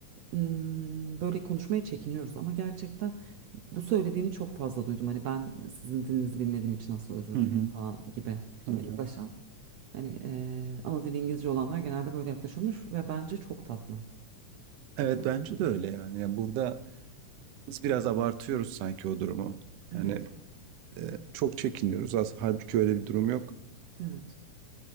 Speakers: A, on the right; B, on the right.
A: hmm, böyle konuşmaya çekiniyoruz ama gerçekten bu söylediğini çok fazla duydum. Hani ben sizin dilinizi bilmediğim için nasıl özür
B: Hı hı.
A: dilerim falan gibi
B: Hı
A: yaklaşan. Hani eee ana dili İngilizce olanlar genelde böyle yaklaşıyormuş ve bence çok tatlı.
B: Evet bence de öyle yani. Yani burada biz biraz abartıyoruz sanki o durumu.
A: Evet,
B: Yani e, çok çekiniyoruz. Aslında halbuki öyle bir durum yok.
A: evet,